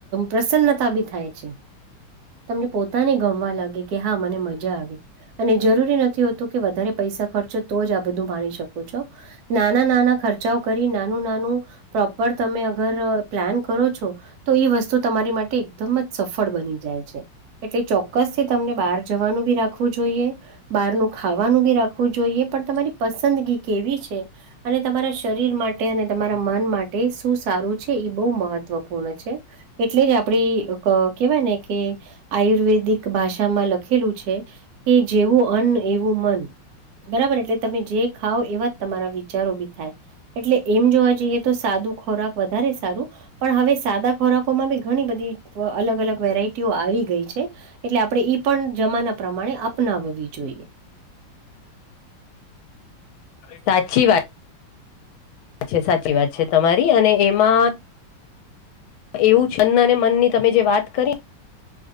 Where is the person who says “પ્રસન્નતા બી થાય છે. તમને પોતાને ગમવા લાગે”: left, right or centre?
Right